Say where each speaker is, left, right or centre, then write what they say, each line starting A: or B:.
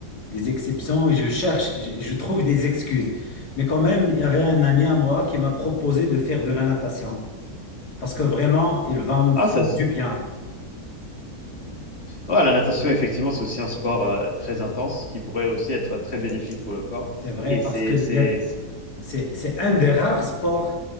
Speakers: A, on the left (about 85°); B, on the left (about 40°).
A: des exceptions et je cherche, je, je trouve des excuses. Mais quand même, il y avait un ami à moi qui m'a proposé de faire de la natation parce que vraiment, il va me
B: Ah,
A: faire
B: ça, c'est-
A: du bien.
B: ouais, la natation, effectivement, c'est aussi un sport euh, très intense qui pourrait aussi être très bénéfique pour le corps.
A: C'est vrai,
B: Et c'est,
A: parce qu'il
B: c'est,
A: y a
B: c'est
A: C'est, c'est un des rares sports